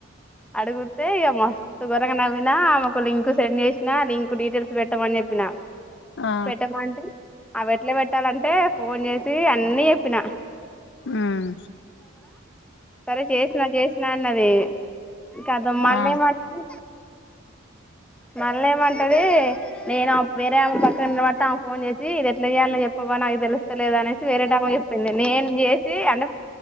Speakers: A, in the centre; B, on the left.
A: అడుగుతే ఇక మస్తుత్ గోరంగ నవీనా ఆమెకు లింక్ సెండ్ చేసినా లింకు డీటెయిల్స్ పెట్టామని చెప్పినా
B: ఆ
A: పెట్టమంటే అవి ఎట్లా పెట్టాలంటే ఫోన్ చేసి అన్నీ చెప్పినా
B: ఉమ్
A: సరే చేసినా చెస్ నాన్నది ఇకాద మళ్ళీ
B: ఆ
A: మళ్ళీ మళ్ళ ఏమంటది నేను వేరే అమ్మ పక్కన తర్వాత ఆమెకు ఫోన్ చేసి ఇది ఎట్లా చేయాలి చెప్పవా నాకు తెలుస్తలేద అనేసి వేరే టైం చెప్పింది నేను చేసి అంటే